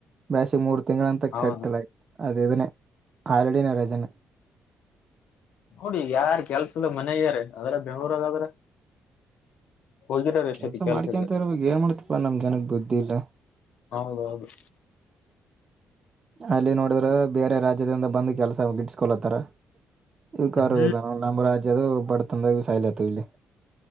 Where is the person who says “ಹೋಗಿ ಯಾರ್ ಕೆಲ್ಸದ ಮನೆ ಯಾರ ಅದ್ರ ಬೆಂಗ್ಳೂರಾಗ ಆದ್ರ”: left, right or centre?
Left